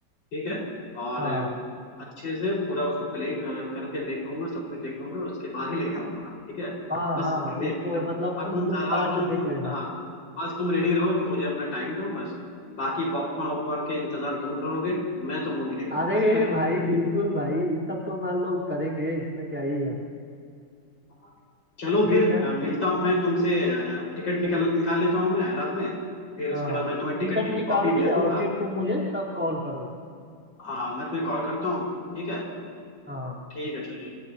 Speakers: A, on the left (about 80°); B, in the centre.
A: ठीक है और
B: हाँ
A: अच्छे से पूरा उसको प्ले करके देख लूंगा सब कुछ देख लूंगा उसके बाद ही लेके आऊंगा ठीक है
B: हाँ
A: बस
B: हाँ
A: मुझ पे
B: उसको
A: यकीन रखो
B: मतलब
A: और
B: कुछ
A: तुम
B: कुछ
A: जरा
B: पार्ट
A: से तुम
B: देख लेना
A: हाँ बस तुम रेडी रहो तुम मुझे अपना टाइम दो बस बाकी पॉपकॉर्न वॉपकॉर्न के इंतजाम तुम करोगे मैं तो मूवी लेके आऊंगा
B: अरे भाई बिल्कुल भाई ये सब तो मान लो करेंगे इसमें क्या ही है
A: <laughs> चलो
B: ठीक
A: फिर
B: है
A: अ, मिलता हूँ मैं तुमसे टिकट निकाल निकाल लेता हूँ मैं रात में फिर उसके
B: हाँ
A: बाद मैं तुम्हें
B: टिकट
A: टिकट की
B: निकाल
A: कॉपी
B: के
A: भेज
B: और
A: दूंगा
B: फिर तुम मुझे तब कॉल करो
A: हाँ मैं तुम्हें कॉल करता हूँ ठीक है
B: हाँ
A: ठीक है चलिए